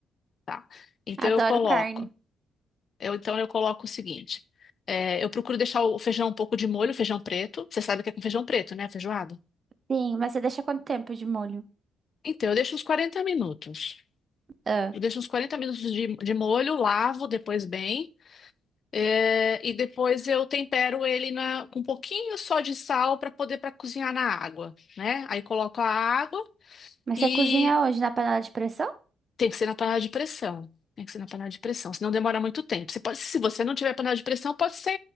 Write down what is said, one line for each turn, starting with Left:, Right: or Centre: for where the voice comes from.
Left: Tá. Então,
Right: adoro
Left: eu coloco.
Right: carne.
Left: Eu, então eu coloco o seguinte: é, eu procuro deixar o feijão um pouco de molho, feijão preto. Você sabe o que é com feijão preto, né? Feijoada.
Right: Sim, mas você deixa quanto tempo de molho?
Left: Então eu deixo uns 40 minutos.
Right: Ah.
Left: Eu deixo uns 40 minutos de, de molho, lavo depois bem. é, e depois eu tempero ele na- com um pouquinho só de sal para poder para cozinhar na água, né? Aí coloco a água
Right: Mas
Left: e
Right: você cozinha onde? Na panela de pressão?
Left: tem que ser na panela de pressão. Tem que ser na panela de pressão, senão demora muito tempo. Você pode, se você não tiver panela de pressão, pode ser